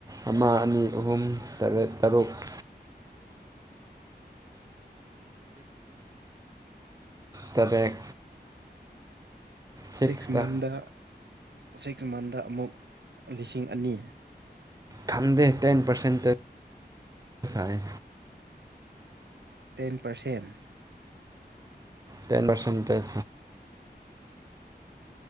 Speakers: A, on the right (about 20°); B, on the right (about 80°).
A: ꯑꯃ ꯑꯅꯤ ꯑꯍꯨꯝ ꯇꯔꯦꯠ ꯇꯔꯨꯛ <inaudible> ꯇꯔꯦꯠ꯫ ꯁꯤꯛꯁꯇ
B: ꯁꯤꯛꯁ ꯃꯟꯗ ꯁꯤꯛꯁ ꯃꯟꯗ ꯑꯃꯨꯛ ꯂꯤꯁꯤꯡ ꯑꯅꯤ꯫
A: ꯊꯝꯗꯦ ꯇꯦꯟ ꯄꯔꯁꯦꯟꯠ ꯇꯦꯛꯁ ꯂꯥꯛꯑꯦ꯫
B: Ten percent.
A: Ten percentage.